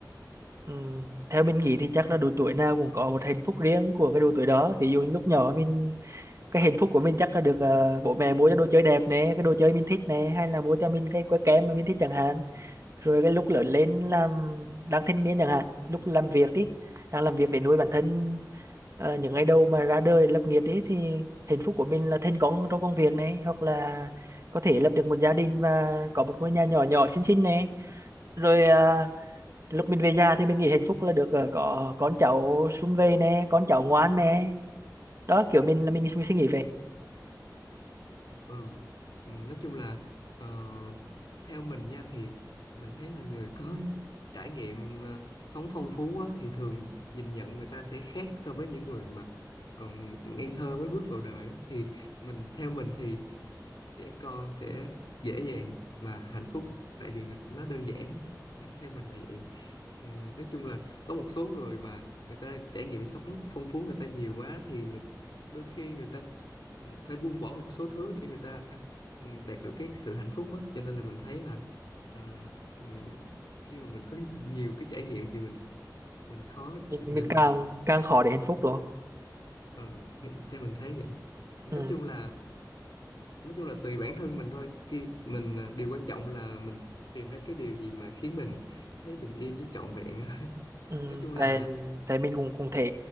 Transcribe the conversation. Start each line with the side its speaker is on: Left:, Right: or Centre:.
Right: Ừm, theo mình nghĩ thì chắc là độ tuổi nào cũng có một hạnh phúc riêng của cái độ tuổi đó ví dụ như lúc nhỏ mình cái hạnh phúc của mình chắc là được ờ, bố mẹ mua cho đồ chơi đẹp nè cái đồ chơi mình thích nè hay là mua cho mình cái que kem mà mình thích chẳng hạn rồi cái lúc lớn lên làm đang thanh niên chẳng hạn lúc làm việc đi đang làm việc để nuôi bản thân ờ, những ngày đầu mà ra đời lập nghiệp đi thì hạnh phúc của mình là thành công trong công việc này hoặc là có thể lập được một gia đình và có một ngôi nhà nhỏ nhỏ xinh xinh này rồi ờ, lúc mình về già thì mình nghĩ hạnh phúc là được ờ, có con cháu sum vầy nè con cháu ngoan nè đó kiểu mình là mình, mình suy nghĩ vậy
Left: ừ Ừ, nói chung là ờ, theo mình nha thì mình thấy là người có trải nghiệm ờ, sống phong phú á, thì thường nhìn nhận người ta sẽ khác so với những người mà còn ngây thơ mới bước vào đời á. thì mình theo mình thì trẻ con sẽ dễ dàng và hạnh phúc tại vì người- nó đơn giản <laughs> theo mình là vậy Ừm, nói chung là có một số người mà người ta trải nghiệm sống phong phú người ta nhiều quá thì người- đôi khi người ta phải buông bỏ một số thứ để người ta ừm, đạt được cái sự hạnh phúc á cho nên là mình thấy là ờ, ừm, khi mà mình có nhiều cái trải nghiệm thì mình mình khó
Right: mình mình
Left: để mà
Right: càng càng khó để hạnh phúc đó
Left: ừ, theo theo mình thấy vậy nói
Right: ừ,
Left: chung là nói chung là tùy bản thân mình thôi khi mình à, điều quan trọng là mình tìm ra cái điều gì mà khiến mình thấy bình yên với trọn vẹn á <laughs>
Right: ừ,
Left: nói chung là
Right: tại tại mình cũng cũng thấy